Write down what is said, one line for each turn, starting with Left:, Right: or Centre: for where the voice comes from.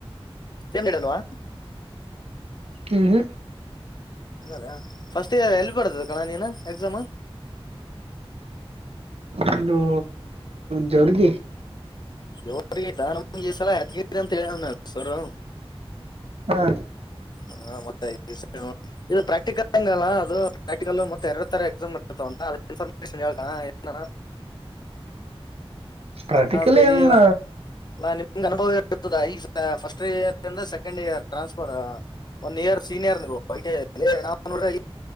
Left: ಏನ್ ಇಡಲ್ವಾ
Right: ಹ್ಮ ಹ್ಮ
Left: ಹದಾ ಫಸ್ಟ್ ಎಲ್ಲಿ ಬರ್ತದೆ ಕಣ್ಣ ನೀನ ಎಕ್ಸಾಮ್
Right: ಇ ಜರ್ಗಿ
Left: ಎವರಿಗೆ ದಾನಮಸಲ್ಲ ಎತ್ಗರಿ ಅಂತ ಹೇಳ ಸವರ
Right: ಹಾ
Left: ಹ ಮತ್ತೆ ಇದು ಪ್ರಾಕ್ಟಿಕಲ್ ಹಂಗಲ್ಲ ಅದು ಪ್ರಾಕ್ಟಿಕಲ್ ಮತ್ತೆ ಎರಡು ತರ ಎಕ್ಸಾಮ್ ಗ ಅಂತ ಅ್ರ ಇನ್ಫಾರ್ಮೇಶನ್ ಹೇಳ್ಕಣ
Right: ಪ್ರಾಕ್ಟಿಕಲಿ
Left: ಹ ಬಯವ
Right: ಏನಿಲ್ಲ
Left: ಅಲ್ಲ ನಿಮ್ಗೆ ಅನುಭವ ಇರುತದಾ ಈಗ ಫರ್ಸ್ಟ್ ಇಯರ್ಂದ ಸಕೆಂಡ್ ಇಯರ್ ಟ್ರಾನ್ಸ್ಫರ್ ಒಂದ ಇಯರ್ ಸೀನಿಯರ್ ನಿ